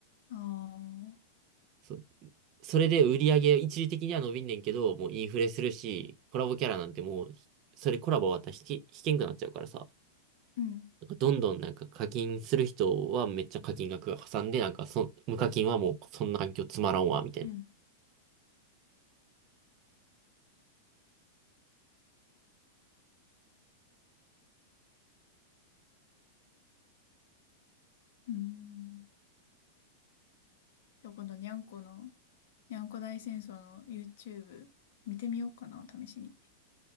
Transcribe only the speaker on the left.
ああ、
うん、
うん。うん。じゃあ今度、にゃんこの、にゃんこ大戦争の YouTube 見てみようかな、試しに。